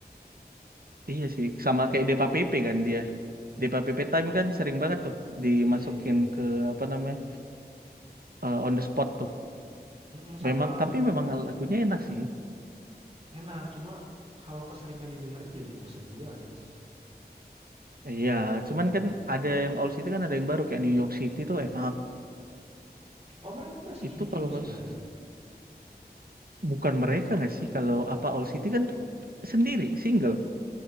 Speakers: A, on the right; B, on the right.
A: Iya sih, sama kayak Depa Pepe kan dia di P P P time kan sering banget tuh dimasukin
B: Iya iya iya.
A: ke apa namanya eh, on the spot tuh.
B: Mhm, sama
A: Memang tapi memang
B: apa ya,
A: lagunya enak sih.
B: enak cuma kalau keseringan didengerin jadi bosen juga gak sih Mas?
A: Iya, cuman kan ada yang old city kan ada yang baru kayak New York City tuh enak.
B: Oh mereka masih
A: Itu
B: bikin
A: kalau
B: musik
A: nggak s-
B: baru?
A: bukan mereka nggak sih kalau apa old city kan sendiri single.